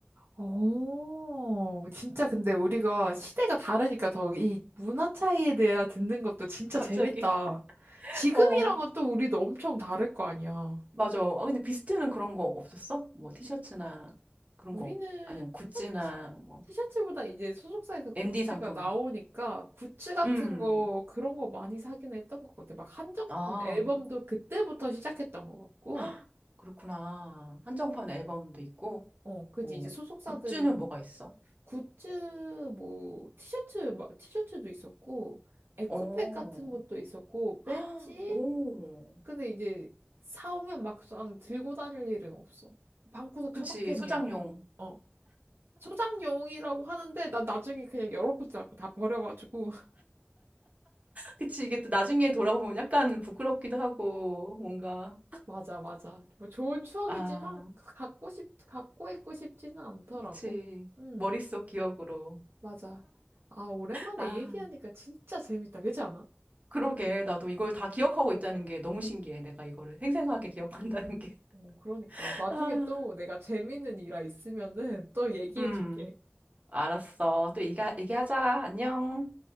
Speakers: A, on the right (about 65°); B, on the right (about 35°).
A: 오, 진짜 근데 우리가 시대가 다르니까 더 이 문화 차이에 대해 듣는 것도 진짜
B: 갑자기.
A: 재밌다.
B: <laughs>
A: 지금이랑은
B: 어,
A: 또 우리도 엄청 다를 거 아니야.
B: 맞아. 아, 근데 비스트는 그런 거 없었어? 뭐 티셔츠나 그런
A: 우리는
B: 거 없- 아니면 굿즈나
A: 티셔츠,
B: 뭐
A: 티셔츠보다 이제 소속사에서 굿즈가
B: MD 상품.
A: 나오니까 굿즈 같은
B: 음.
A: 거, 그런 거 많이 사긴 했던 것 같아. 막 한정판
B: 아.
A: 앨범도 그때부터 시작했던 것 같고.
B: 헉, 그렇구나. 한정판 앨범도 있고
A: 어, 그지.
B: 뭐
A: 이제 소속사들이
B: 굿즈는 뭐가 있어?
A: 굿즈, 뭐, 티셔츠, 막 티셔츠도 있었고, 에코백
B: 오.
A: 같은 것도 있었고, 배지?
B: 아, 오.
A: 근데 이제 사오면 막상 들고 다닐 일은 없어. 방구석
B: 그치,
A: 처박템이야.
B: 소장용.
A: 어, 어. 소장용이라고 하는데 나 나중에 그냥 열어보지 않고 다 버려가지고 <laughs>
B: 그치, 이게 또 나중에 돌아보면 약간 부끄럽기도 하고, 뭔가,
A: 맞아 맞아 뭐 좋은 추억이지만
B: 아,
A: 갖고 싶 갖고 있고 싶지는 않더라고
B: 그치.
A: 응
B: 머릿속 기억으로.
A: 맞아 아 오랜만에
B: 아,
A: 얘기하니까 진짜 재밌다 그렇지 않아?
B: 그러게. 나도 이걸 다 기억하고 있다는 게 너무 신기해. 내가 이거를 생생하게 기억한다는 게.
A: 어 그러니까
B: <laughs>
A: 나중에
B: 아,
A: 또 내가 재밌는 일화 있으면은 또 얘기해줄게
B: 음, 알았어. 또 얘기, 얘기하자. 안녕.